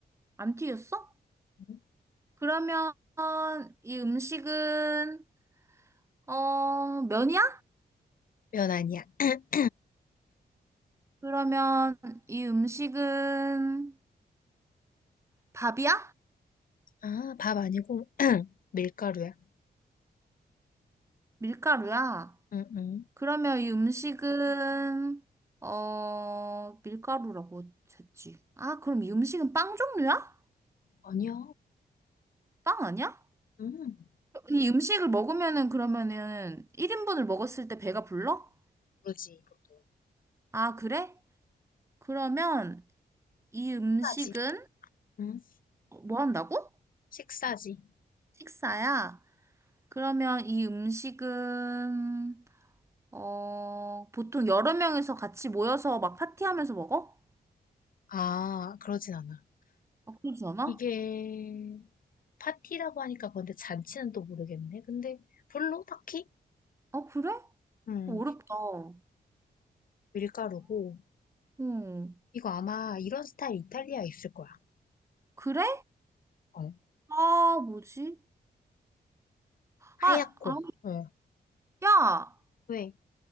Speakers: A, on the right; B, on the left.
A: 안 튀겼어?
B: 음.
A: 그러면 이 음식은, 어, 면이야?
B: 면 아니야. <clears throat>
A: 그러면 이 음식은 밥이야?
B: 아, 밥 아니고 <clears throat> 밀가루야.
A: 밀가루야?
B: 응응
A: 그러면 이 음식은 어 밀가루라고 했지. 아, 그럼 이 음식은 빵 종류야?
B: 아니야.
A: 빵 아니야?
B: 음,
A: 이 음식을 먹으면은 그러면은 1인분을 먹었을 때 배가 불러?
B: 그르지 보통.
A: 아, 그래? 그러면 이 음식은
B: 식사지, 응
A: 뭐 한다고?
B: 식사지.
A: 식사야. 그러면 이 음식은 어 보통 여러 명이서 같이 모여서 막 파티하면서 먹어?
B: 아, 그러진 않아.
A: 아, 그러지 않아?
B: 이게 파티라고 하니까 그런데 잔치는 또 모르겠네. 근데 별로 딱히
A: 어, 그래?
B: 음,
A: 어, 어렵다. 어?
B: 밀가루고
A: 응.
B: 이거 아마 이런 스타일 이탈리아에 있을 거야.
A: 그래?
B: 어.
A: 아, 뭐지?
B: 하얗고.
A: 아, 아니,
B: 어.
A: 야,
B: 왜?